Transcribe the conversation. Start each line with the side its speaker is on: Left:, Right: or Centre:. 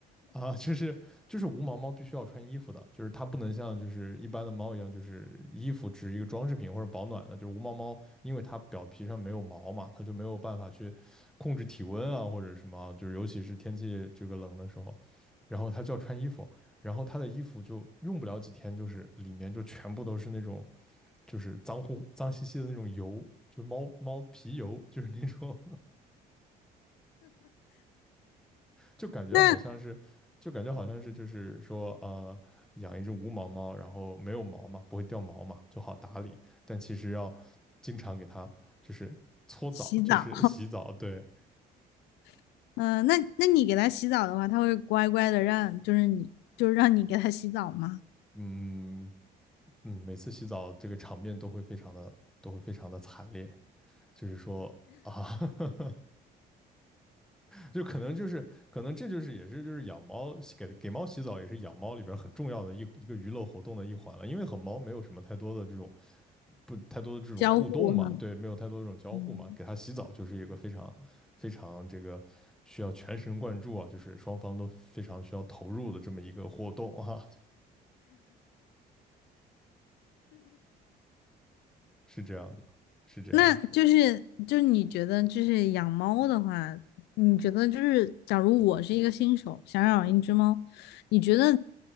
Centre: 啊，就是就是无毛猫必须要穿衣服的，就是它不能像就是一般的猫一样，就是衣服只是一个装饰品或者保暖的。就是无毛猫，因为它表皮上没有毛嘛，它就没有办法去控制体温啊或者什么，就是尤其是天气这个冷的时候，然后它就要穿衣服，然后它的衣服就用不了几天，就是里面就全部都是那种就是脏乎脏兮兮的那种油，就是猫猫皮油，就是那种就感觉好像是，
Left: 那
Centre: 就感觉好像是，就是说，呃，养一只无毛猫，然后没有毛嘛，不会掉毛嘛，就好打理。但其实要经常给它就是搓澡，
Left: 洗澡，
Centre: 就是洗澡。对，
Left: <laughs> 嗯、那那你给它洗澡的话，它会乖乖的让，就是你就是让你给它洗澡吗？
Centre: 嗯嗯，每次洗澡这个场面都会非常的，都会非常的惨烈，就是说啊，<laughs> 就可能就是可能这就是也是就是养猫给给猫洗澡也是养猫里边很重要的一一个娱乐活动的一环了，因为和猫没有什么太多的这种不太多的这种互动嘛，
Left: 交互吗？
Centre: 对，没有太多这种交互嘛，
Left: 嗯，
Centre: 给它洗澡就是一个非常非常这个需要全神贯注啊，就是双方都非常需要投入的这么一个活动啊，<laughs> 是这样的，是这样的。
Left: 那就是就是你觉得就是养猫的话，你觉得就是假如我是一个新手，想养一只猫，你觉得